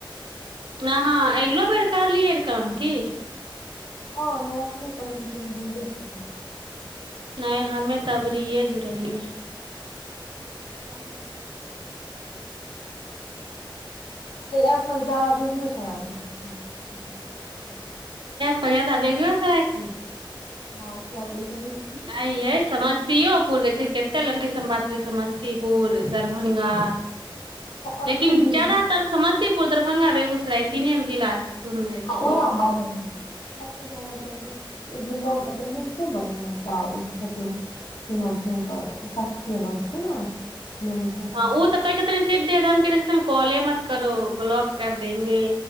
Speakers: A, on the right; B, on the left.
A: न हां अगिलो बेर करलियै काम की
B: नहि हम ओखने पहिने जुड़बे केलौ हं
A: नहि हमे तब एबरिये जुड़लियै अर
B: एप पर ज्यादा बेगूसराय छथिब
A: पहिय तऽ बेगूसराय की
B: आओर क
A: नहि, ई समस्तीपुरक छथि। कते लड़की से हम बात करेै समस्तीपुर दरभंगा
B: अखन
A: लेकिन
B: जुड़
A: ज्यादातर
B: हँ
A: समझ समस्तपुर दरभंगा बेगूसराय तीनेग जिला
B: <unintelligible>
A: सुनने छियै
B: बन ने तऽ ओी छथिन कना छै ओनकर स्षीना छै ने मैम जे छथिन
A: हँ ओ तऽ क सिधे दम क देख सक कॉले मत करो ब्लॉक कर देेंगे